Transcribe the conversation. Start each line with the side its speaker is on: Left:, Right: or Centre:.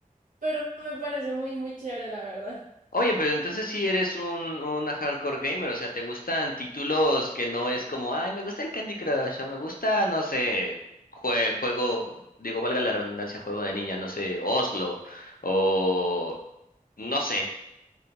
Right: pero me parece muy, muy chévere, la verdad.
Left: Oye, pero entonces sí eres un, un hardcore gamer, o sea, ¿te gustan títulos que no es como, ay, me gusta el Candy Crush, o me gusta, no sé, jue- juego, digo, valga la redundancia, juego de niña, no sé, Oslo, o no sé,